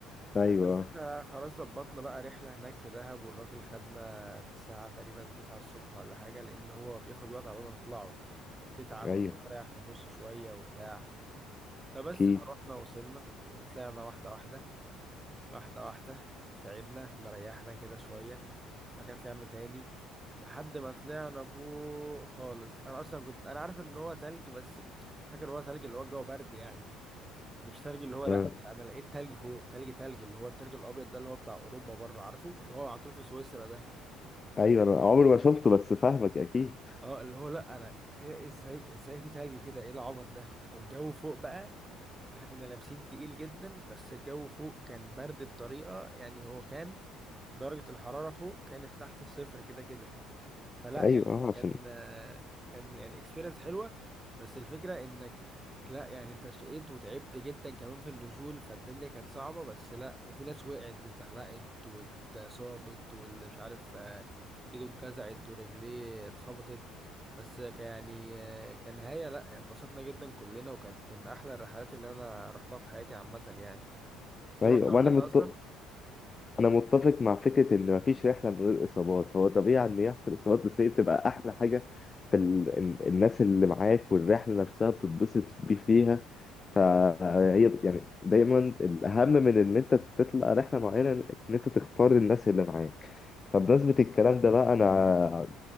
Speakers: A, on the left (about 25°); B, on the right (about 15°).
A: ايوه
B: بس احنا خلاص ظبطنا بقى رحلة هناك في دهب والراجل خدنا ساعة تقريبا تسعة الصبح ولا حاجة لأن هو بياخد وقت على ما تطلعوا وبتتعب
A: ايوه
B: وتقعد تريح في النص شوية وبتاع فبس
A: اكيد
B: فروحنا وصلنا وطلعنا واحدة واحدة واحدة واحدة تعبنا مريحنا كده شوية بعد كده طلعنا تاني لحد ما طلعنا فوق خالص أنا أصلا كنت أنا عارف إن هو تلج بس فاكر هو تلج اللي هو الجو برد يعني مش تلج اللي هو لا
A: آه.
B: انا لقيت تلج فوق تلج تلج اللي هو التلج الابيض ده اللي هو بتاع اوروبا بره عارفه اللي هو على طول في سويسرا ده
A: ايوه انا عمري ما شفته بس فاهمك اكيد
B: اه اللي هو لا انا إيه ازاي ازاي في تلج كده ايه العبط ده والجو فوق بقى احنا كنا لابسين تقيل جدا بس الجو فوق كان برد بطريقة يعني هو كان درجة الحرارة فوق كانت تحت الصفر كده كده فلا
A: ايوه
B: يعني
A: اه عشان
B: كان كان يعني اكسبيرينس حلوه بس الفكره انك لا يعني انت شقيت وتعبت جدا كمان في النزول فالدنيا كانت صعبه بس لا وفي ناس وقعت اتزحلقت واتصابت واللي مش عارف آه، ايده اتجزعت ورجليه اتخبطت بس كان يعني آه، كنهايه لا انبسطنا جدا كلنا وكانت من احلى الرحلات اللي انا رحتها في حياتي عامه يعني انت
A: ايوه
B: رحت قبل
A: وانا
B: كده
A: مت...
B: اصلا
A: انا متفق مع فكره ان مفيش رحله من غير اصابات فهو طبيعي ان يحصل اصابات بس هي بتبقى احلى حاجه في ال... ال- الناس اللي معاك والرحله نفسها بتتبسط بيه فيها فهي بت- يعني دايما الاهم من ان انت تطلع رحله معينه ان انت تختار الناس اللي معاك فبمناسبة الكلام ده بقى أنا